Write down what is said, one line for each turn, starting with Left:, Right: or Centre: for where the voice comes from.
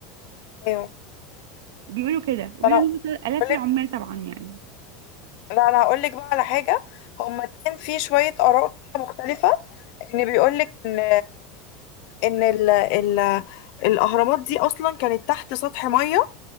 Left: ايوه
Right: بيقولوا كده وبيقولوا
Left: انا هقول
Right: ان هم الاف العمال
Left: لك
Right: طبعا يعني
Left: لا انا هقول لك بقى على حاجه هما كان في شويه اراء كده مختلفه ان بيقولك ان ان ال ال الاهرامات دي اصلا كانت تحت سطح ميه